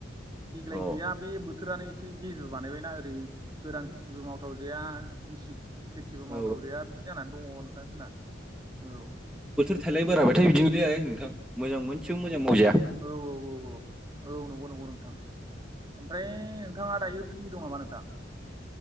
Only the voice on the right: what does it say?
देग्लाय
गैया। बे बोथोरानो एसे गिजु बानायबायना ओरै गोरान खेथिबो मावथावजाया, गिसि खिथिबो
मावथावजाया बिदि जानानै दङ नोंथां जोंना औ।
औ औ औ औ औ नंगौ नंगौ नोंथां ओमफ्राय नोंथाङा दायो फ्रि दं नामा नोंथां?